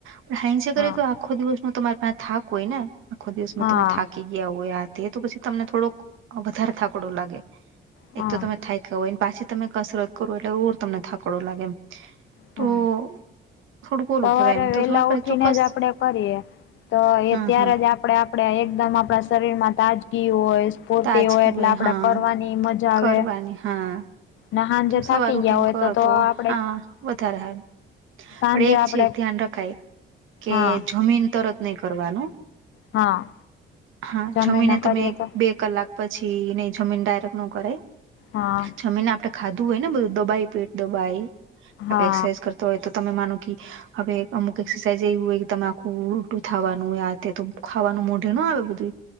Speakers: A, on the right (about 80°); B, on the left (about 75°).
A: પણ હાઈંસે
B: હા,
A: કરી તો આખો દિવસ ન તમારી પાસે થાક હોય ને આખો દિવસમાં
B: હા.
A: તમે થાકી ગયા હોય આ તે તો પછી તમને થોડોક વધારે થાકડો લાગે
B: હા
A: એક તો તમે થાય ખ હોયને પાછી તમે કસરત કરો એટલેવું તમને થાકડો લાગે એમ
B: હા
A: તો થોડુંક ઓલું
B: સવારે
A: કેવાય એમ તો
B: વેલા
A: તમારી પાસે
B: ઉઠીને
A: ચોક્કસ
B: જ આપડે કરીએ તો એ
A: હા
B: ત્યારે
A: હા
B: જ આપડે આપણે એકદમ આપણા શરીરમાં તાજગી હોય પૂરતી
A: તાજગી
B: હોય એટલે આપડે
A: હા
B: કરવાની મજા આવે
A: કરવાની હા
B: ને હાંજે
A: ત સવાર
B: થાકી
A: ઉઠીન
B: ગયા હોય
A: કરો તો
B: આપડે
A: હા વધારે હારૂ
B: સાંજે
A: પણ એક
B: આપડે
A: છે એક ધ્યાન રખાય કે
B: હા
A: જમીન તરત નહી કરવાનું
B: હા
A: હા
B: જમીને
A: છ મહિને તમે
B: કરીએ તો
A: બે કલાક પછીને જમીન ડાયરેક ન કરે
B: હા
A: જમીન આપણે ખાધું હોય ને બધું દબાય પેટ દબાય આપ
B: હા
A: એક્સરસાઝ કરતા હોય તો તમે માનો કે હવે અમુક એક્સરસાઇઝ એવી હોય કે તમે આખું ઉલટું થાવાનું હોય આ તે તો ખાવાનું મોઢે ન આવે બધું